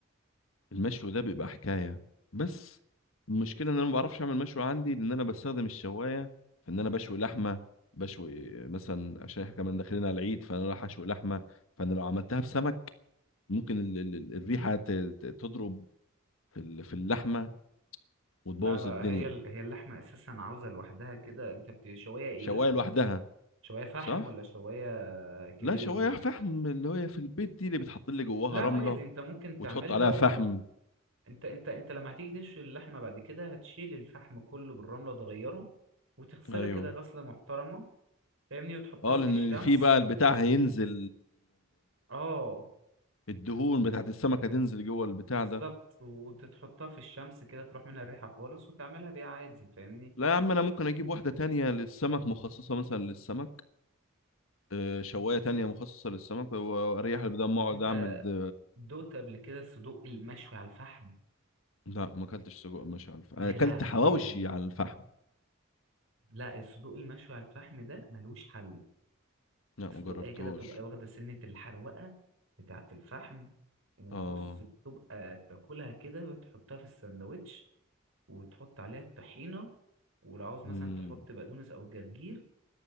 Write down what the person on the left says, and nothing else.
المشوي ده بيبقى حكاية بس المشكلة ان انا ما بعرفش اعمل مشوي عندي لان انا بستخدم الشواية في ان
انا بشوي لحمة بشوي مثلا عشان احنا كمان داخلين على العيد فانا رايح اشوي لحمة فانا لو عملتها في سمك ممكن ال ال ال- الريحة ت- ت- تضرب في ال- في اللحمة وتبوظ
الدنيا
شواية
لوحدها
صح؟
لا شواية
فحم
اللي هي في البيت دي اللي بتحط لي جواها
رملة
وتحط عليها
فحم
ايوه
اه
لان
في بقى البتاع هينزل
الدهون بتاعت السمك هتنزل جوه البتاع
ده
لا يا عم انا ممكن اجيب واحده تانية للسمك مخصصه مثلا للسمك آه، شوايه تانية مخصصه للسمك واريح اللي بدل ما اقعد
اعمل ده.
لا ما اكلتش سجق ماشي على الفحم
اكلت
حواوشي على الفحم
لا
ما جربتهوش
اه
مم.